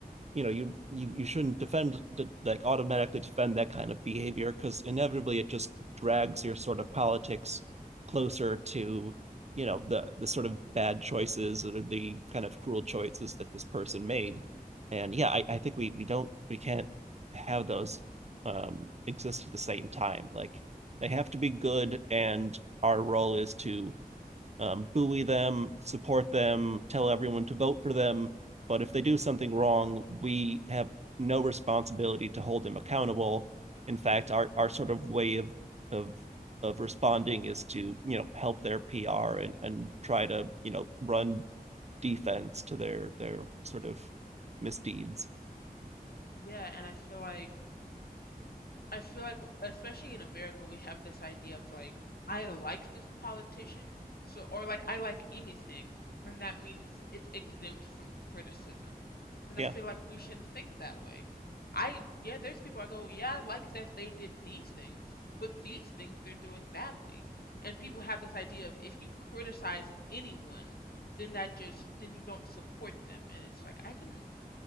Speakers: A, on the right; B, on the left.
A: you know you you, you shouldn't defend like automatically defend that kind of behavior because inevitably it just drags your sort of politics closer to you know the the sort of bad choices or the kind of cruel choices that this person made and yeah i, I think we we don't we can't have those um exist at the same time like they have to be good and our role is to um, buoy them, support them, tell everyone to vote for them. But if they do something wrong, we have no responsibility to hold them accountable. In fact, our our sort of way of of of responding is to you know help their PR and and try to you know run defense to their their sort of misdeeds.
B: Yeah, and I feel like I feel like, especially in America, we have this idea of like, I like this politician, so, or like, I like anything, and that means it's exempt from criticism. And
A: Yeah,
B: I feel like we shouldn't think that way. I, yeah, there's people I go, yeah, I like that they did these things, but these things they're doing badly. And people have this idea of if you criticize anyone, then that just, then you don't support them. And it's like, I can,